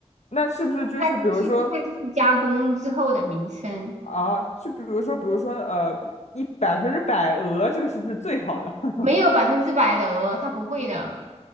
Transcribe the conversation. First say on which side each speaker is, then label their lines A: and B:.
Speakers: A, on the left; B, on the right.
A: 那是不是就是比如说
B: 它其实它就是加工之后的名称，
A: 啊，就比如说比如说呃，一百分之百鹅这个是不是最好的？<laughs>
B: 没有百分之百的鹅，它不会的。